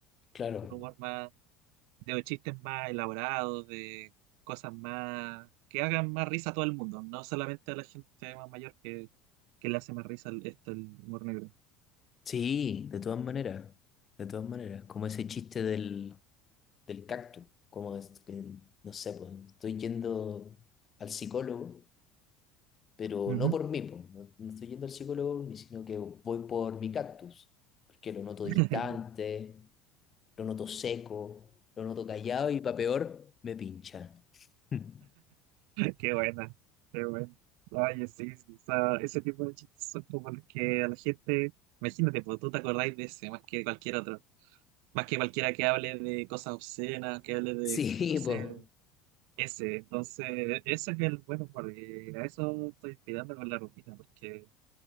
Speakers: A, on the left; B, on the right.
A: claro.
B: un humor más de chistes más elaborados, de cosas más que hagan más risa a todo el mundo, no solamente a la gente más mayor que, que le hace más risa el- esto el humor negro.
A: Sí, de todas maneras, de todas maneras, como ese chiste del, del cactus. Como es que, no sé, pues estoy yendo al psicólogo, pero
B: Ujú.
A: no por mí, pues, no, no estoy yendo al psicólogo, ni sino que voy por mi cactus, porque lo noto distante,
B: <laughs>
A: lo noto seco, lo noto callado y para peor, me pincha. <laughs>
B: Qué buena, qué buena. Oye, sí, sí, o sea, ese tipo de chistes son como los que a la gente, imagínate, pues tú te acordáis de ese más que cualquier otro, más que cualquiera que hable de cosas obscenas, que hable de,
A: Sí,
B: no sé,
A: pues
B: ese. Entonces, e-, eso es el bueno, porque a eso estoy inspirando con la rutina, porque